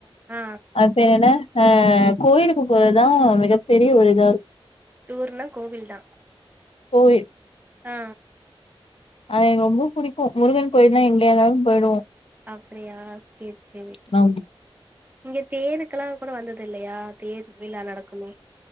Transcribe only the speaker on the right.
ஆ
டூர்னா கோவில்தா
ஆ
அப்டியா சேரி சேரி
இங்க தேருக்கெல்லா கூட வந்தது இல்லையா தேர் விழா நடக்குமே